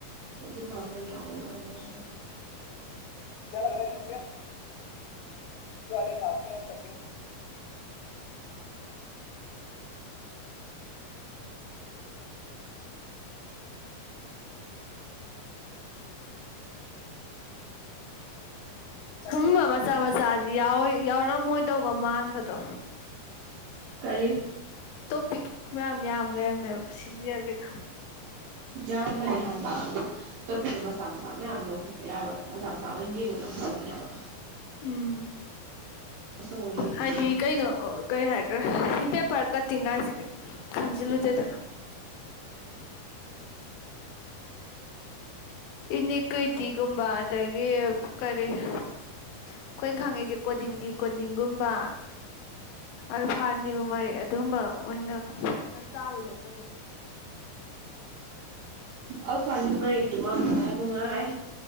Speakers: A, on the right; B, on the left.
A: ꯑꯗꯨꯝꯕ ꯑꯃ ꯌꯥꯎꯋꯦ ꯑꯣꯅꯦꯦꯅꯦ
B: ꯀꯂ ꯀ ꯆꯄꯤꯦ ꯦ ꯀꯥꯐꯔ ꯁꯨꯝꯕ ꯃꯆꯥ ꯃꯆꯥꯁꯤ ꯌꯥꯎꯔꯝꯃꯣꯏꯗꯧꯕꯒ ꯃꯥꯟꯕꯗꯣ
A: ꯀꯔꯤ
B: ꯇꯣꯄꯤꯛ ꯃꯌꯥꯝ ꯌꯥꯝ ꯂꯩꯔꯝꯃꯦꯕ ꯁꯤꯟꯖꯔꯒꯦꯗ
A: ꯌꯥꯝ ꯃꯦ ꯍꯥꯟꯕ ꯑꯗꯣ ꯆꯠꯄꯗ ꯃꯆꯥ ꯃꯆꯥ ꯃꯌꯥꯝ ꯂꯧꯈꯠꯄ ꯌꯥꯕ ꯃꯆꯥ ꯃꯆꯥꯥ ꯃ ꯌꯦꯡꯕꯅ ꯐꯪꯕꯅꯦ ꯍꯥꯏꯕ
B: ꯎꯝ
A: ꯑꯆꯧꯕ ꯌꯦꯡꯗꯧ
B: ꯍꯥꯏꯗꯤ
A: ꯁꯔꯨꯛꯇꯤ
B: ꯀꯩꯅꯣ ꯀꯩ ꯍꯥꯏ ꯁꯤ ꯄꯦꯄꯔ ꯀꯠꯇꯤꯡꯉꯥꯏꯁꯤꯗꯤ ꯈꯟꯖꯤꯜꯂꯨꯗꯦꯗꯅ ꯏꯅꯤꯀ꯭ꯋꯤꯇꯤꯒꯨꯝꯕ ꯑꯗꯒꯤ ꯀꯔꯤ ꯑꯩꯈꯣꯏꯅ ꯈꯪꯉꯤꯁꯦ ꯀꯣꯗꯤꯡꯗꯤ ꯀꯣꯗꯤꯡꯒꯨꯝꯕ ꯑꯜꯐꯥꯅꯤꯌꯨ ꯃꯔꯤ ꯑꯗꯨꯝꯕ ꯑꯣꯏꯅ ꯈꯔ ꯆꯥꯎꯋꯤꯗ ꯇꯧ
A: ꯑꯜꯐꯥꯅꯤ ꯃꯔꯔꯤꯛꯇꯨꯃꯛꯅ ꯅꯨꯡꯉꯥꯏ